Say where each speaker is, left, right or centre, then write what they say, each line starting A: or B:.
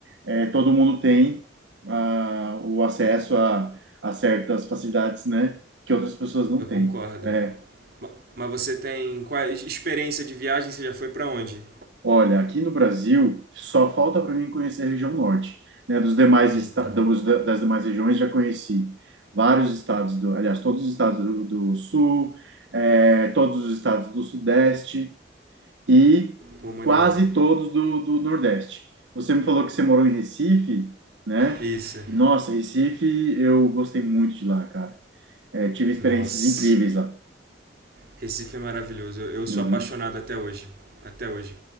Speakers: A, on the right; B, on the right.
A: eh, todo mundo tem ah, o acesso a, a certas facilidades, né? Que outras pessoas não
B: Eu
A: têm.
B: concordo.
A: É,
B: Ma- Mas você tem qual é, experiência de viagem? Você já foi pra onde?
A: olha, aqui no Brasil só falta para mim conhecer a região norte, né? Dos demais
B: Eita,
A: esta- dos, da- das demais regiões já conheci vários estados do, aliás, todos os estados do, do sul, eh, todos os estados do sudeste. e
B: pô, maneiro.
A: quase todos do, do Nordeste. Você me falou que você morou em Recife, né?
B: Isso.
A: E, nossa, Recife, eu gostei muito de lá, cara. É, tive experiências
B: Nossa.
A: incríveis lá.
B: Recife é maravilhoso. Eu, eu sou
A: Uhum,
B: apaixonado até hoje. Até hoje.